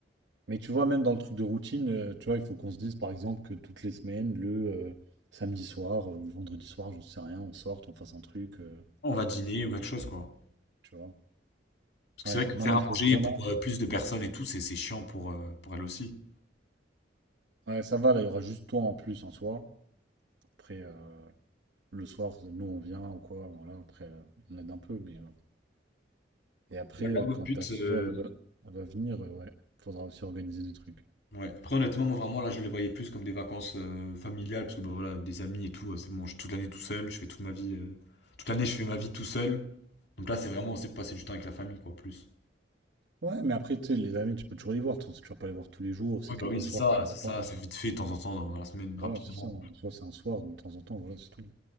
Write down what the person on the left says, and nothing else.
On va dîner ou quelque chose, quoi.
Parce que
c'est vrai que
faire
à
manger
pour euh, plus de personnes et tout, c'est c'est chiant pour, euh, pour elle aussi.
Ouais,
là,
le but,
euh,
ouais. Après, honnêtement, moi, vraiment, là, je les voyais plus comme des vacances euh, familiales, parce que, bah, voilà, des amis et tout, euh, c'est bon, je suis toute l'année tout seul, je fais toute ma vie, euh, toute l'année, je fais ma vie tout seul. Donc là, c'est vraiment aussi pour passer du temps avec la famille, quoi, plus.
Oui,
bah oui, c'est
ça,
c'est
ça, c'est
vite fait de temps en temps dans la semaine, rapidement.